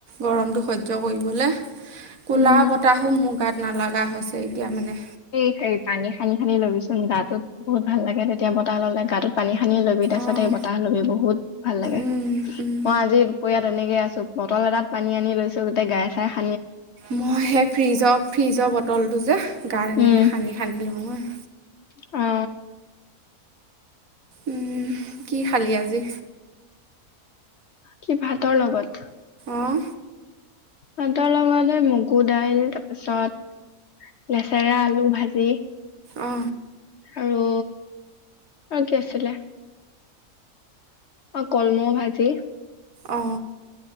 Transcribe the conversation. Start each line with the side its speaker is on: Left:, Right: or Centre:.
Right: গৰমটো সহ্য কৰিব। লে কুলাৰৰ
Left: উম
Right: বতাহো মোৰ গাত নালাগা হৈছে এতিয়া মানে।
Left: সেই সেই পানী সানি সানি ল'বিচোন গাটোত বহুত ভাল লাগে তেতিয়া বতাহ ল'লে গাটোত পানী সানি লবি। তাৰপাছত
Right: অঁ
Left: সেই বতাহ লবি বহুত ভাল লাগে।
Right: উম উম।
Left: মই আজি দুপৰীয়া তেনেকে আছো। বটল এটাত পানী আনি লৈছো গোটেই গাই- চাই সা
Right: মই সেই ফ্ৰিজৰ ফ্ৰিজৰ বটলটো যে গাত
Left: উম
Right: এনেকে সানি সানি লওঁ এ।
Left: অ।
Right: উম, কি খালি আজি?
Left: কি ভাতৰ লগত?
Right: অঁ
Left: ভাতৰ লগতে এ মগু দাইল তাৰপিছত লেচেৰা, আলু ভাজি
Right: অ।
Left: আৰু আৰু কি আছিলে? অ কলমৌ ভাজি
Right: অ।